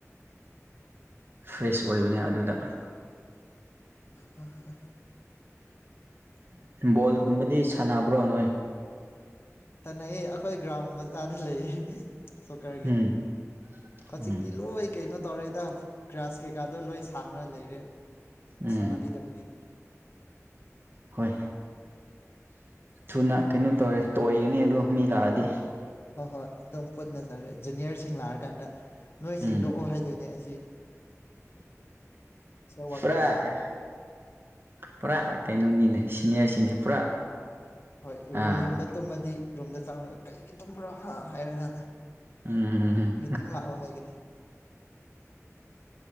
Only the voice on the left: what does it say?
ꯍꯥꯍꯥ
ꯁꯥꯟꯅꯩꯌꯦ ꯑꯩꯈꯣꯏ ꯒ꯭ꯔꯥꯎꯟ ꯃꯆꯥꯗ ꯂꯩꯌꯦ ꯁꯣꯀꯔꯒꯤ
ꯍꯧꯖꯤꯛꯇꯤ
ꯂꯣꯏ ꯀꯩꯅꯣ ꯇꯧꯔꯦꯗ ꯒ꯭ꯔꯌꯥꯥꯁ ꯀꯩꯀꯥꯗꯣ ꯂꯣꯏ ꯁꯥꯡꯅ ꯂꯩꯔꯦ
ꯁꯥꯟꯅꯥꯕꯤꯗꯕꯒꯤ
ꯍꯣꯏ ꯍꯣꯏ ꯑꯗꯨꯝ ꯄꯨꯟꯅ ꯆꯠꯔꯦ ꯖꯨꯅꯤꯌꯔꯁꯤꯡ ꯂꯥꯛꯑꯀꯥꯟꯗ ꯅꯣꯏ ꯁꯦꯡꯗꯣꯛꯑꯣ
ꯍꯥꯏꯗꯣꯏꯅꯦ ꯑꯁ <unintelligible> ꯋꯥꯔꯛ
ꯇꯧꯗꯣꯏꯅꯤ
ꯍꯣꯏ
ꯔꯨꯝ ꯔꯨꯝꯗ ꯇꯨꯝꯃꯗꯤ ꯔꯣꯝꯗ ꯆꯪꯉꯒ ꯀꯩꯒꯤ ꯇꯨꯝꯕ꯭ꯔꯣ ꯍꯥꯏꯔꯒ
ꯃꯤꯇꯤꯡ ꯂꯥꯛꯑꯣ ꯍꯥꯏꯒꯅꯤ